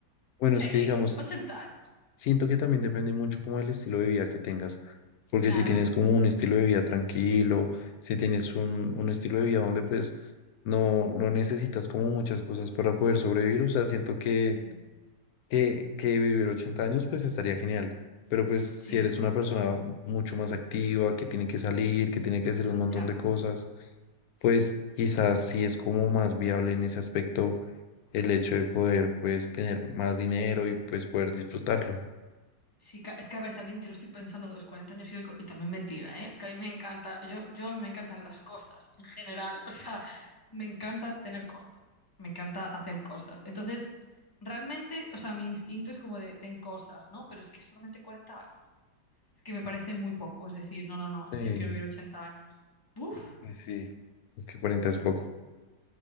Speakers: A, on the left (about 70°); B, on the left (about 20°).
A: Bueno,
B: Sí,
A: es que digamos,
B: 80 años.
A: siento que también depende mucho como el estilo de vida que tengas, porque
B: Claro.
A: si tienes como un estilo de vida tranquilo, si tienes un, un estilo de vida donde pues no, no necesitas como muchas cosas para poder sobrevivir, o sea, siento que
B: Sí.
A: que que vivir 80 años pues estaría genial, pero pues si
B: Sí,
A: eres una persona mucho más activa, que tiene que salir, que tiene que hacer un montón
B: ya.
A: de cosas, pues quizás sí es como más viable en ese aspecto el hecho de poder pues tener más dinero y pues poder disfrutarlo.
B: Sí, ca- es que a ver, también te lo estoy pensando lo de los 40 años y, el co- y también me tira, ¿eh? Que a mí me encanta, yo, yo me encantan las cosas en general, <laughs> o sea, me encanta tener cosas, me encanta hacer cosas. Entonces, realmente, o sea, mi instinto es como de, ten cosas, ¿no? Pero es que solamente 40 años. Es que me parece muy poco, es decir, no, no, no,
A: Sí,
B: es que yo quiero vivir ochenta años. Uf,
A: sí, sí, es que cuarenta es poco.